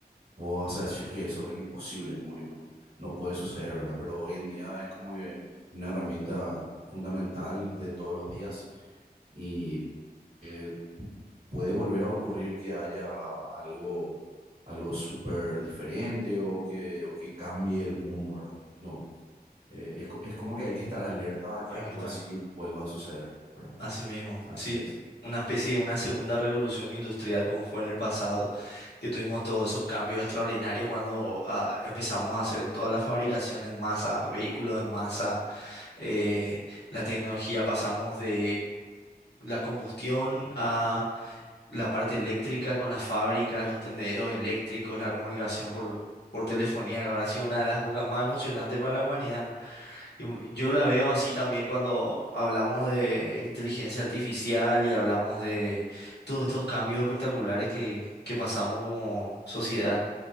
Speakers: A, on the right; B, on the left.
A: vos vas a decir que eso es imposible, como que no, no puede suceder, ¿verdad? Pero hoy en día es como que una herramienta fundamental de todos los días y eh, puede volver a ocurrir que haya algo... algo súper diferente o que, o que cambie el mundo, ¿verdad? No, eh, es, co- es como que hay que estar alerta a que
B: Ahí
A: algo
B: que está.
A: así vuelva a suceder, ¿verdad?
B: Así mismo,
A: Así
B: sí,
A: es.
B: una especie de una segunda revolución industrial como fue en el pasado, que tuvimos todos esos cambios extraordinarios cuando ah, empezamos a hacer toda la fabricación en masa, vehículos en masa, eh, la tecnología pasamos de la combustión a la parte eléctrica con las fábricas, los tendederos eléctricos, la comunicación por, por telefonía, que habrá sido una de las épocas más emocionantes para la humanidad. Y m- Yo la veo así también cuando hablamos de inteligencia artificial y hablamos de todos estos cambios espectaculares que, que pasamos como sociedad,